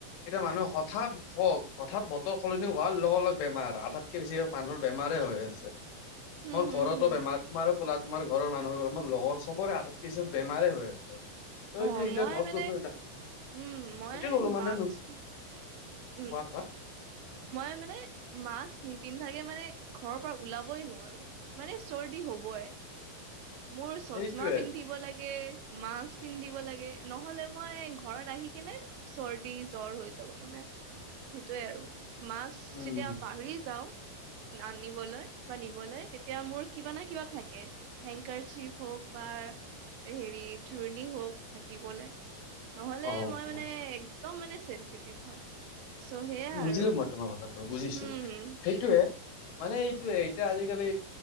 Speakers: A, on the left; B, on the right.
A: এতিয়া মানুহ হঠাৎ ভ হঠাৎ বতৰ সলনি হোৱাৰ লগে লগে বেমাৰ আধাতকে বেছি মানুহৰ বেমাৰ হৈ আছে।
B: হম
A: মোৰ ঘৰতো
B: হম হম
A: বেমাৰ তোমাৰো ক'লা তোমাৰ ঘৰৰ মানুহৰ কথা মোৰ লগৰ চবৰে আ কিছু বেমাৰেই হয় আছে। তইটোই
B: অ
A: এতিয়া
B: মই
A: গছ
B: মানে
A: গছনি দেখা নাই
B: উম মই
A: সেটোয়ে কলো মানে
B: মাস্ক উম
A: কোৱা কোৱা
B: মই মানে মাক্স নিপিন্ধাকে মানে ঘৰৰ পৰা ওলাবই নোৱাৰো মানে চৰ্দি হবই মোৰ চশমা
A: সেইটোয়ে
B: পিন্ধিব লাগে লাগে মাক্স পিন্ধিব লাগে নহলে মই ঘৰত আহি কেনে চৰ্দি জ্বৰ হৈছে হৈ যাব হয়নে সেইটোৱে আৰু মাক্স
A: উম
B: যেতিয়া পাহৰি যাওঁ আনিবলৈ বা নিবলে তেতিয়া মোৰ কিবা নহয় কিবা থাকে। হেংকাৰ চিপ হওঁক বা হেৰি চুৰ্ণি হওঁক ধাকিবলে। নহলে
A: অ
B: মই
A: অ
B: মানে একদম মানে চেনচেটিভ হয়। চ' সেয়া
A: বুজিলো
B: আৰু
A: মই তোমাৰ কথাটো বুজিছো
B: উম
A: সেইটোয়ে মানে এইটোয়ে এতিয়া আজি কালি